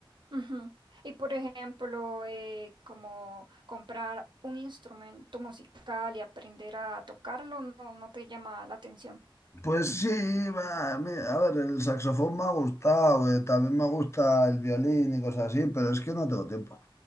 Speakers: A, on the right; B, on the left.
A: Ujú. Y por ejemplo, eh, como comprar un instrumento musical y aprender a tocarlo, no, no te llama la atención.
B: Pues sí, va, mi- a ver, el saxofón me ha gustado, eh, también me gusta el violín y cosas así, pero es que no tengo tiempo.